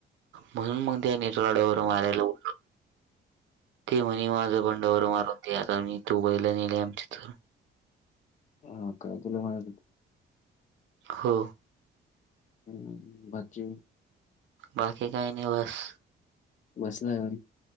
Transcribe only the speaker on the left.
हा काय तुला म्हणा
हम्म बाकीे
बसलाय वर